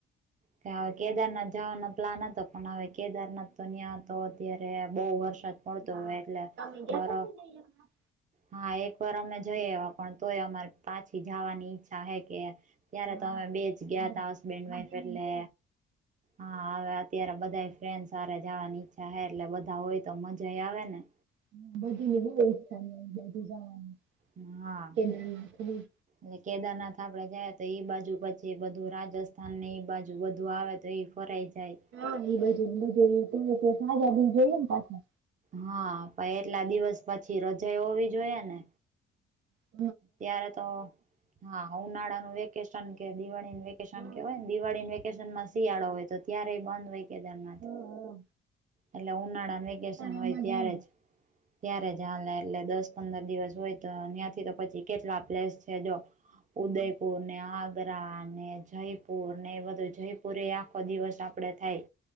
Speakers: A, on the right; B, on the right.
A: કે હવે કેદારનાથ જાવાનો પ્લાન હતો પણ હવે કેદારનાથ તો ન્યાતો અત્યારે બોવ વરસા હોયતો
B: હા
A: હવે એટલે
B: તમે ગયા
A: બર
B: તા કે નઈ એકવાર
A: હા એકવાર અમે જઈ આયવા પણ તોય અમાર પાછી જવાની ઈચ્છા હે કે ત્યારે
B: હા
A: તો અમે બે જ ગ્યાતા
B: બધાય
A: હસબેન્ડ
B: બધીની
A: વાઈફ એટલે
B: બહુ
A: હા હવે અત્યારે બધાય ફ્રેન્ડસ હારે જાવાની ઈચ્છા હે એટલે બધા હોય તો મજાય આવે ને.
B: <inaudible>
A: એ હા
B: કેદારનાથ બી.
A: ને કેદારનાથ આપડે ગયાતા ઈ બાજુ પછી બધું રાજસ્થાન ને ઈ બાજ જુ બધું આવે તો ઈ ફરાઈ જાય.
B: હા એ બજું <unintelligible> બધું સાજા બિલ જોઈએ ને પાછા
A: હા પા એટલા દિવસ પછી રજા એ હોવી જોઈએ ને
B: હમ્મ
A: ત્યારે તો હા ઉનાળાનું વેકેશન કે દિવાળીનું વેકેશન
B: હા
A: કેવાયન દિવાળીન વેકેશનમાં શિયાળો હોય તો ત્યારેય બંધ હોય કેદારનાથ
B: હા
A: એટલે ઉનાળાન વેકેશન
B: ઉનાળામાં
A: હોય ત્યારે
B: જાને
A: જ ત્યારે જ હાલે એટલે દસ-પંદર દિવસ હોય તો ન્યા થી તો પછી કેટલા પ્લેસ છે જો ઉદયપુર
B: હા
A: ને આગ્રા ને જયપુર ને એ બધું જયપ પૂરે આખો દિવસ આપડે થાય